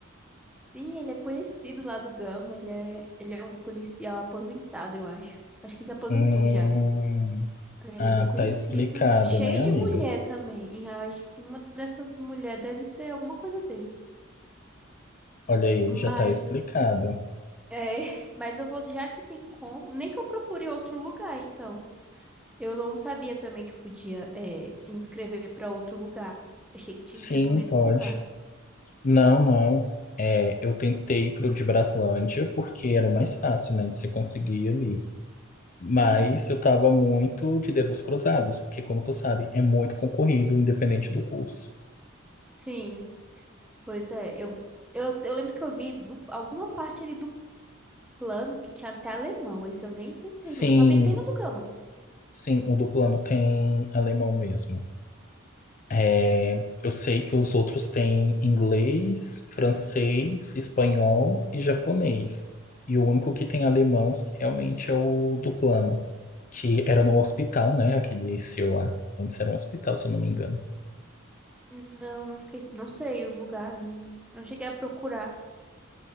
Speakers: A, in the centre; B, on the left (about 40°).
A: Sim, ele é conhecido lá do Gama, ele é, ele é um policial aposentado, eu acho. Acho que ele se aposentou
B: Hum,
A: já. Ele
B: ah,
A: é bem conhecido
B: tá explicado,
A: e cheio
B: né,
A: de
B: amiga?
A: mulher também. E eu acho que uma dessas mulheres deve ser alguma coisa dele.
B: Olha aí,
A: Mas,
B: já tá explicado.
A: é, <laughs> mas eu vou, já que tem como, nem que eu procure em outro lugar, então. Eu não sabia também que podia, é, se inscrever para outro lugar. Achei que tinha
B: Sim,
A: que ser do mesmo
B: pode.
A: lugar.
B: Não, não. É, eu tentei pro de Braslândia porque era o mais fácil, né, de se conseguir ali. Mas
A: Uhum.
B: eu tava muito de dedos cruzados, porque, como tu sabe, é muito concorrido, independente do curso.
A: Sim, pois é. Eu, eu, eu lembro que eu vi do- alguma parte ali do plano que tinha até alemão. Esse eu nem tentei
B: Sim,
A: mesmo. Eu só tentei no do Gama.
B: sim, o do plano tem alemão mesmo. É, Eu sei que os outros têm inglês, francês, espanhol e japonês. E o único que tem alemão realmente é o do plano, que era no hospital, né? Aquele seu lá. Antes era um hospital, se eu não me engano.
A: Não, não fiquei, não sei o lugar, eu não, não cheguei a procurar.